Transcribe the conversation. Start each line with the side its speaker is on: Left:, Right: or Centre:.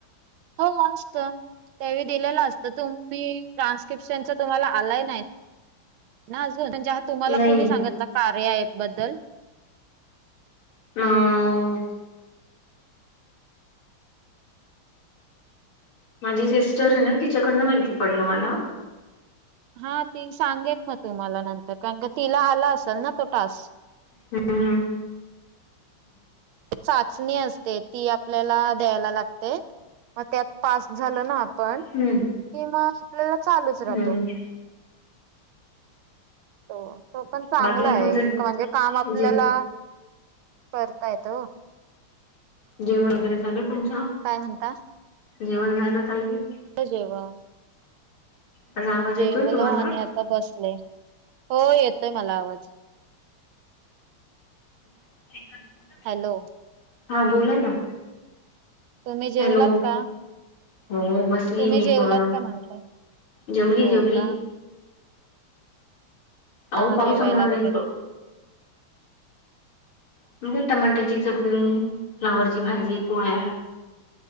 Right: हो असतं. त्यांनी दिलेलं असतं तुम्ही ट्रान्स्क्रिप्शनच तुम्हाला आलाय नाय. ना अजूनण जे तुम्हाला
Left: नाही.
Right: कोणी सांगितला कार्या अँप बद्दल?
Left: <inaudible> माझी सिस्टर आहे ना तिच्याकडनं माहिती पडलं मला.
Right: हा ती सांगेन मग तुम्हाला नंतर कारण का तिला आला असेल ना तो टास्क.
Left: <inaudible>
Right: चाचणी असते ती आपल्याला द्यायला लागते. मग त्यात पास झालं ना आपण.
Left: हम्म
Right: कि म आपल्याला चालूच
Left: हम्म
Right: राहतो. हो तो पण चांगला
Left: बाकी काय
Right: आहे
Left: तुमचं
Right: म्हणजे काम आपल्याला
Left: जे
Right: करता येत.
Left: जेवण वगैरे झाल तुमच?
Right: काय म्हणता?
Left: जेवण झालं ताई?
Right: आता जेवण.
Left: माझा आवाज
Right: जेवलो
Left: येतोय तुम्हाला?
Right: आणि आता बसले. हो येतोय मला आवाज.
Left: ह <unintelligible>
Right: हॅलो.
Left: हा बोला ना.
Right: तुम्ही जेवलात
Left: हॅलो
Right: का?
Left: हो बसली
Right: तुम्ही
Left: मी
Right: जेवलात
Left: पण
Right: का म्हणलं?
Left: जेवली
Right: हो
Left: जेवली.
Right: का? हा,
Left: आऊ पावू
Right: जेवायला
Left: <unintelligible>
Right: वगैरे
Left: <unintelligible> टमाट्याची चटणी, फ्लावरची भाजी, पोळ्या.